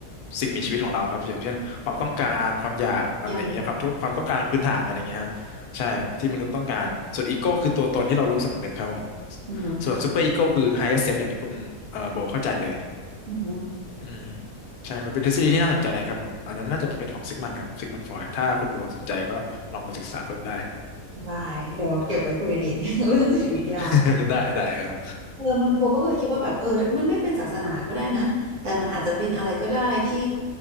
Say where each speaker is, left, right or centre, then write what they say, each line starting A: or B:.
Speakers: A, on the left; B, on the right.
A: สิ่งมีชีวิตของเราครับอย่างเช่นความต้องการความอยากอะไรอย่างเงี้ยความทุกความต้องการพื้นฐานอะไรอย่างเงี้ยครับใช่ที่มนุษย์ต้องการส่วนอีโก้คือตัวตนที่เรารู้สำนึกครับผม
B: ย่าติดอือหือ
A: ส่วนซูเปอร์อีโก้คือไฮเออร์เซลอย่างที่คุณเอ่อโบเข้าใจเลย
B: อือหือ
A: อืมใช่มันเป็นทฤษฎีที่น่าสนใจครับผมอันนั้นน่าจะเป็นของซิกมันครับซิกมันฟรอยด์ถ้าคุณโบสนใจก็ลองไปศึกษาเพิ่มได้
B: ได้เดี๋ยวเก็บไว้คุยกันอีก
A: อืม
B: <laughs> เรื่องจิตวิทยา
A: <laughs> ได้ได้ครับ
B: เออมันโบก็เลยคิดว่าแบบเออ มันไม่เป็นศาสนาก็ได้นะ แต่มันอาจจะเป็นอะไรก็ได้ที่